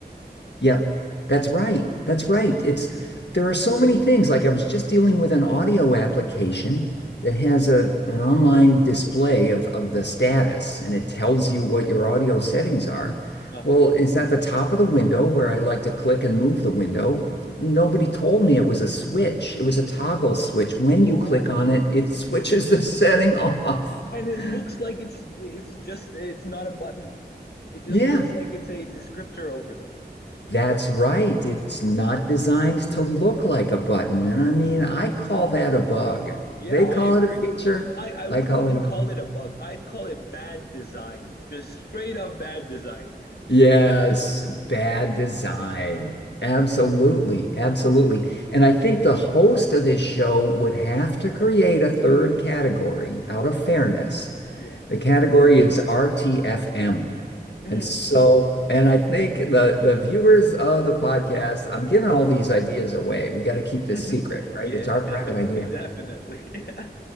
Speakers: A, on the left; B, on the left.
A: Yep, that's right. That's right. It's there are so many things. Like I was just dealing with an audio application that has a an online display of of the status, and it tells you what your audio settings are.
B: Uh-huh.
A: Well, it's at the top of the window where I like to click and move the window. Nobody told me it was a switch. It was a toggle switch. When
B: Oh.
A: you click on it, it switches the setting off.
B: and it
A: <laughs>
B: looks like it's it's just it's not a button. It just
A: Yeah.
B: looks like it's a descriptor over there.
A: That's right. It's not designed to look like a button.
B: Oh
A: And I
B: no.
A: mean, I call that a bug.
B: Yeah,
A: They
B: I
A: call
B: agree.
A: it a feature.
B: I I wouldn't
A: I call
B: even
A: it a bug.
B: call it a bug. I'd call it bad design. Just straight up bad design.
A: Yes, bad design. Absolutely. Absolutely. And I think the host of this show would have to create a third category out of fairness
B: Yeah.
A: The category is RTFM.
B: Hmm.
A: And so, and I think the the viewers of the podcast, I'm giving all these ideas away. We got to keep this
B: <laughs>
A: secret, right?
B: Yeah,
A: It's our
B: definitely,
A: private idea.
B: definitely. <laughs> Yeah.